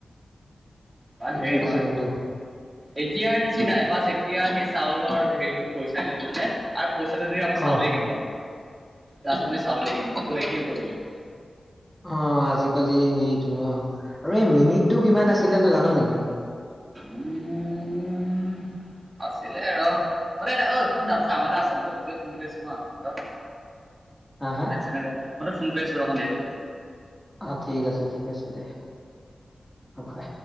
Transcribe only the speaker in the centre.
ঠিকে
আছে কিন্তু
অ
অ আজিকালি হেৰিতো অ, আৰু এই মিনিটটো কিমান আছিলে ত জান নেকি? <inaudible>
হা হা
আহ ঠিক আছে ঠিক আছে দে হ'ব দে।